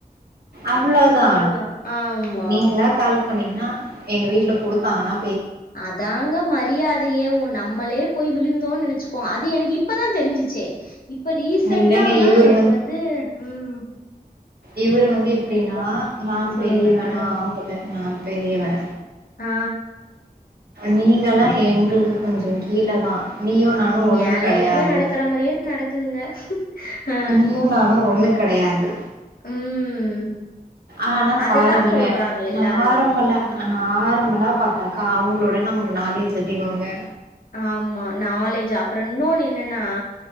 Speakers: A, on the right (about 80°); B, on the left (about 65°).
A: அவ்ளோதா
B: அவ்வளதான். ஆமா.
A: நீங்களா கால் பண்ணீங்கன்னா எங்க வீட்ல கொடுத்தாங்கன்னா
B: அதாங்க மரியாதையே உ நம்மளே போய் விழுந்தோ நினைச்சுக் கோ அது எனக்கு இப்பதா தெரிஞ்சிச்சு இப்ப ரீசன்ட்டாதா
A: இல்லைங்க இவரு
B: எனக்கு வந்து உம்
A: இவர்ரு வந்து எப்படின்னா நா
B: சொல்லுங்க.
A: பெரியவன்
B: ஆ,
A: நா ஆம்பல நா பெரியவ
B: ஆ
A: நீங்கல்லா எங்களுக்கு கொஞ்சோ கீழ தா நீயு
B: ஆ
A: நானு
B: நீங்க
A: ஒண்ணு
B: என்
A: கிடையாது
B: லைஃப்ல நடக்கிற மாரியே நடக்குதுங்க. ஆ,
A: நீயோ நானோ ஒண்ணு கிடையாது
B: ம்.
A: ஆனா
B: அததான்
A: பாருங்களே
B: சொல்றாங்க எல்லாருமே.
A: நாரம்பழ
B: ம்.
A: நார்மலா பாத்தாக்கா அவங்களோட நமக்கு நாலேஜ் அதிகோங்க
B: ஆமா நாலேஜ் அப்றோ இன்னொன்னு என்னன்னா